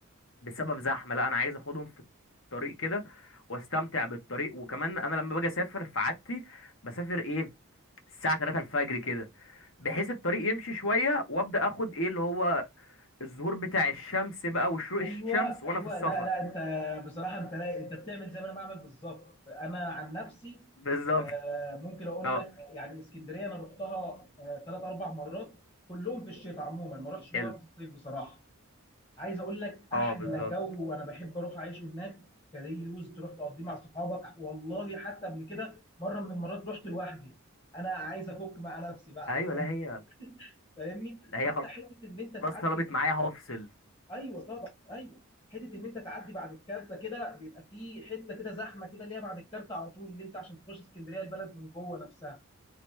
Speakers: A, on the left; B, on the left.
A: بسبب زحمه لا انا عايز اخدهم في الطريق كده واستمتع بالطريق وكمان انا لما باجي اسافر في عادتي بسافر ايه الساعه 3 الفجر كده بحيث الطريق يمشي شويه وابدا اخد ايه اللي هو الظهور بتاع الشمس بقى وشروق
B: ايوه
A: الشمس وانا
B: ايوه
A: في السفر
B: لا لا انت بصراحه انت لا انت بتعمل زي ما انا بعمل بالظبط انا عن نفسي
A: بالظبط
B: آه، ممكن اقول
A: اه
B: لك يعني اسكندريه انا رحتها ثلاث اربع مرات كلهم في الشتاء عموما ما رحتش
A: حلو
B: مره في الصيف بصراحه عايز اقول لك
A: اه
B: احلى
A: بالظبط
B: جو وانا بحب اروح اعيشه هناك كدي يوز تروح تقضيه مع صحابك والله حتى قبل كده مره من المرات رحت لوحدي انا عايز افك مع نفسي بقى
A: ايوه لا هي
B: <laughs> فاهمني
A: لا
B: حتى
A: هي
B: حته ان
A: خلاص
B: انت تعدي
A: طلبت معايا هفصل
B: ايوه طبعا ايوه حته ان انت تعدي بعد الكارته كده بيبقى في حته كده زحمه كده اللي هي بعد الكارته على طول اللي انت عشان تخش اسكندريه البلد من جوه نفسها